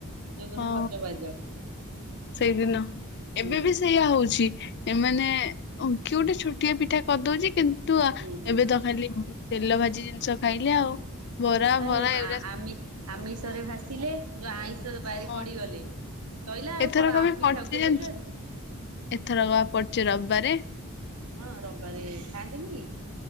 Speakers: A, on the right; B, on the left.
A: ଯୋଉଦିନ
B: ହଁ
A: ସଜବାଜ।
B: ସେଇଦିନ ହଁ
A: ହୁଁ
B: ଏବେ ବି ସେଇଆ ହଉଛି ଏମାନେ ଓ କି ଗୋଟେ ଛୋଟିଆ ପିଠା କରିଦଉଛି କିନ୍ତୁ
A: ହୁଁ।
B: ଏବେ ତ ଖାଲି ତେଲ ଭାଜି ଜିନିଷ ଖାଇଲେ ଆଉ। ବରା
A: ଆ
B: ଫରା ଏଗୁଡା
A: ଆ ଆମି ଆମିଷରେ ଭାସି ଲେ ଯୋଉ ଆଇଁଷ ଯୋଉ ବାରି
B: ହଁ
A: ପଡିଗଲେ ସଇଲା ଆଉ
B: ଏଥରକ
A: କଣ ଆଉ
B: ବି
A: ପିଠାକୁ
B: ପଡିଛି
A: କିଏ
B: ଜାଣିଛୁ
A: ପଚାରୁଛି।
B: ଏଥରକ ବା ପଡୁଛି ରବିବାରେ।
A: ହଁ ରବିବାରେ ଖାଆନ୍ତିନି କି?